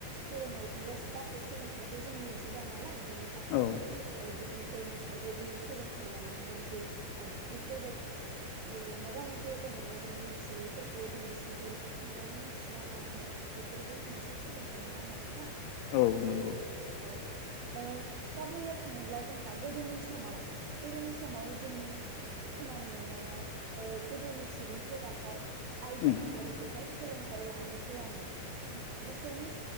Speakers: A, on the right; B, on the left.
A: फरायनायजोंल' गासै सोलोंथाइखौ जों मोनजोबा नालाय। बिनि थाखायनो
B: औ
A: ओ गुबुनफोरनिफ्रायबो जोङो सोलोंथाइ लानांगोन जे ओ बेफोरबायदि ओ माबा मोनसे जेनेबा जों मोनथियैफोरखौ जों बिसोरनिफ्राय सोंनानै मोनथिना लानांगोन। बेफोरबो मोनसे सोलोंथाइ नङा होमबा नों
B: औ नंगौ।
A: औ ओ दा बुंनो थाङोब्ला जोंहा गोदोनि समाव गोदोनि समाव जों खोनानो मोननायाव ओ गोदोनि सुबुंफोराहाय आइजो
B: उम
A: माहारिखौहाय सोलोंथाइ लानो होआमोन बिसोरनि